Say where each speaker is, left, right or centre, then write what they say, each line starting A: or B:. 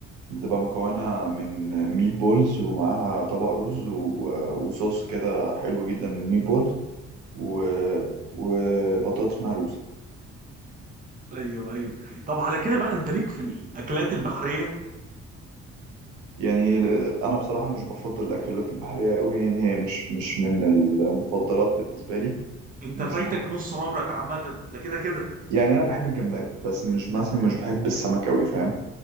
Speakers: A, on the right (about 80°); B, on the right (about 30°).
A: بتبقى مكونة من ميت بولز ومعاها طبق رز و... وصوص كده حلو جدا للميت بولز و... وبطاطس مهروسة
B: ايوه ايوه طب على كده بقى انت ليك في الاكلات البحريه
A: يعني ال- انا بصراحه مش بفضل الاكلات البحريه قوي يعني هي مش مش من المفضلات بالنسبه لي
B: انت
A: مش
B: فايتك نص عمرك عامه ده كده كده
A: يعني انا بحب الجمبري بس مش مثلا مش بحب السمك قوي فاهم